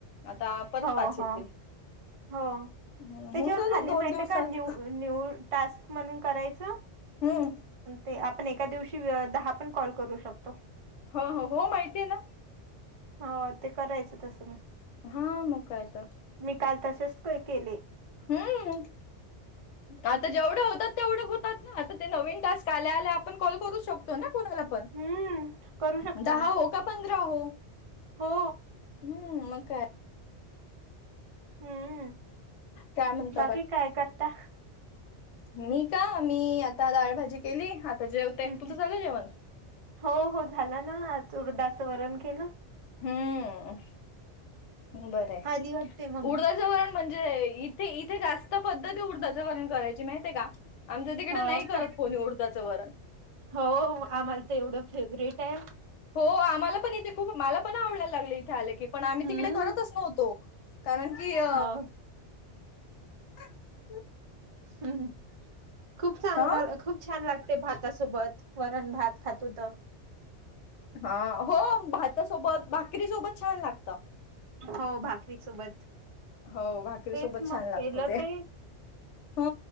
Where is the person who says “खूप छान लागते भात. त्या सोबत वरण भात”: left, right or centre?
Right